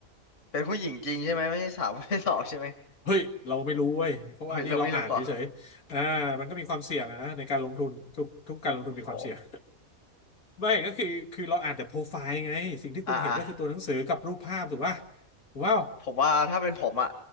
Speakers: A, on the left; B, on the left.
A: เป็นผู้หญิงจริงใช่ไหมไม่ใช่สาวไม่ใช่สองใช่ไหม
B: เฮ้ยเราไม่รู้เว้ยเพราะว่านี่เราอ่านเฉยๆอ่ามันก็มีความเสี่ยงอะนะในการลงทุนทุกทุกการลงทุนมีความเสี่ยง
A: โอ้ยเราไม่รู้เหรอ่ะโอ้โห
B: ไม่ก็คือคือเราอ่านแต่โปรไฟล์ไงสิ่งที่คุณเห็นก็คือตัวหนังสือกับรูปภาพถูกป่ะ
A: อ่าอ่า
B: ถูกเปล่า
A: ผมว่าถ้าเป็นผมอ่ะ